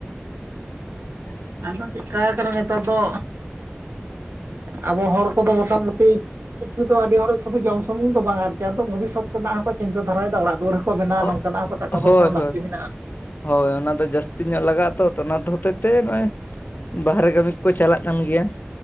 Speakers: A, on the left; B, on the right.
A: ᱾
B: ᱟᱫᱚ ᱪᱮᱫ ᱠᱟ ᱠᱟᱱᱟ ᱱᱮᱛᱟᱨ ᱫᱚ, ᱟᱵᱚ ᱦᱚᱲ ᱠᱚᱫᱚ ᱢᱚᱴᱟ ᱢᱩᱴᱤᱼᱼ ᱠᱤᱪᱷᱩ ᱫᱚ ᱟᱹᱰᱤ ᱦᱚᱲ ᱥᱩᱫᱩ ᱡᱚᱢ ᱥᱩᱢᱩᱝ ᱫᱚ ᱵᱟᱝ, ᱟᱨᱡᱟᱣ ᱫᱚ ᱵᱷᱚᱵᱤᱥᱥᱚᱛ ᱠᱚᱨᱮᱱᱟᱜ ᱦᱚᱸ ᱪᱤᱱᱛᱟᱹ ᱫᱷᱟᱨᱟᱭᱮᱫᱟ ᱚᱲᱟᱜ ᱫᱩᱣᱟᱹᱨᱼᱼ ᱵᱮᱱᱟᱣᱟ,
A: ᱚ
B: ᱱᱚᱝᱠᱟᱱᱟᱜ ᱦᱚᱸ ᱛᱚ ᱴᱟᱠᱟ
A: ᱦᱳᱭ
B: ᱯᱚᱭᱥᱟ ᱦᱚᱸ
A: ᱦᱳᱭ
B: ᱞᱟᱹᱠᱛᱤ ᱢᱮᱱᱟᱜᱼᱟ ᱾
A: ᱦᱳᱭ ᱚᱱᱟ ᱫᱚ ᱡᱟᱹᱥᱛᱤ ᱧᱚᱜ ᱞᱟᱜᱟᱜ ᱟᱛᱚ ᱚᱱᱟ ᱦᱚᱛᱮᱡ ᱛᱮ ᱱᱚᱜᱼᱚᱭᱼᱼ ᱵᱟᱦᱨᱮ ᱠᱟᱹᱢᱤ ᱠᱚ ᱠᱚ ᱪᱟᱞᱟᱜ ᱠᱟᱱ ᱜᱮᱭᱟ ᱾